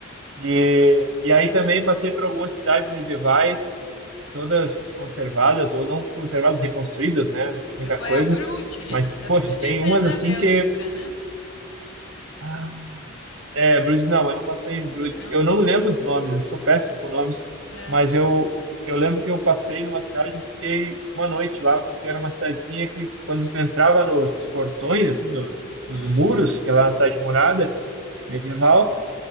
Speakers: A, on the right (about 55°); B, on the left (about 70°).
A: E, e aí também passei por algumas cidades medievais, todas conservadas, ou não conservadas, reconstruídas, né? Muita
B: Foi
A: coisa.
B: a Bruges
A: Mas,
B: A
A: poxa,
B: Brudes
A: tem umas
B: é na
A: assim
B: Bélgica,
A: que.
B: né?
A: Ah, É, Bruges não, mas não passei em Bruges.
B: Não?
A: Eu não lembro os nomes, eu sou péssimo com nomes,
B: É.
A: mas eu, eu lembro que eu passei numa cidade e fiquei uma noite lá, porque era uma cidadezinha que, quando tu entrava nos portões, assim, no, nos
B: Hum.
A: muros, que é lá na cidade murada, medieval.